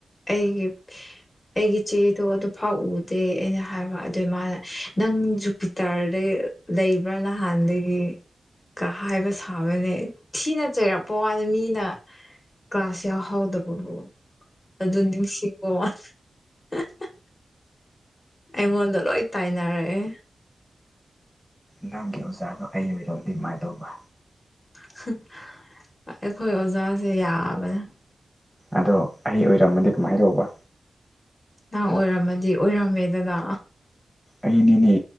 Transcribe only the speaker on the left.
ꯑꯩꯒꯤ ꯑꯩꯒꯤ ꯆꯦꯗꯣ ꯑꯗꯨꯐꯥꯎ ꯎꯗꯦ ꯑꯩꯅ ꯍꯥꯏꯕ ꯑꯗꯨꯏ ꯃꯥꯅ ꯅꯪ ꯖꯨꯄꯤꯇꯔꯗꯩ ꯂꯩꯕ꯭ꯔ ꯅꯍꯥꯟꯗꯒꯤ ꯀ ꯍꯥꯏꯕ ꯁꯥꯎꯋꯦꯅꯦ ꯊꯤꯅ ꯆꯩꯔꯛꯄ ꯋꯥꯅꯤ ꯃꯤꯅ ꯀ꯭ꯂꯥꯁ ꯌꯥꯎꯍꯧꯗꯕꯕꯨ ꯑꯗꯨ ꯅꯤꯡꯁꯤꯡꯕ ꯋꯥꯟ <unintelligible> ꯑꯩꯉꯣꯟꯗ ꯂꯣꯏ ꯇꯥꯏꯅꯔꯛꯑꯦ
<unintelligible> ꯑꯩꯈꯣꯏ ꯑꯣꯖꯥꯖꯦ ꯌꯥꯕꯅꯦ
ꯅꯪ ꯑꯣꯏꯔꯝꯃꯗꯤ ꯑꯣꯏꯔꯝꯃꯦꯗꯅꯥ